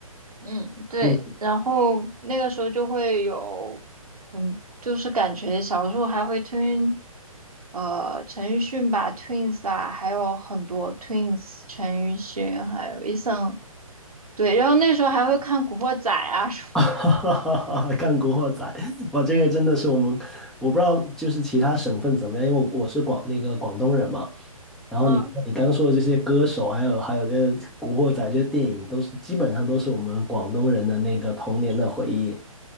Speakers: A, on the right; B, in the centre.
A: 嗯，对，
B: 嗯
A: 然后那个时候就会有，嗯，就是感觉小时候还会听，呃，陈奕迅吧，Twins 吧，还有很多 Twins，陈奕迅，还有 Eason，对，然后那时候还会看《古惑仔》啊什
B: 啊，<laughs> 干古惑仔，哇，这个真的是我们，我不知道就是其他省份怎么样，因为我我是广那个广东人嘛，然后你你刚说的这些歌手，
A: 么，嗯。
B: 还有还有这古惑仔这些电影，都是基本上都是我们广东人的那个童年的回忆。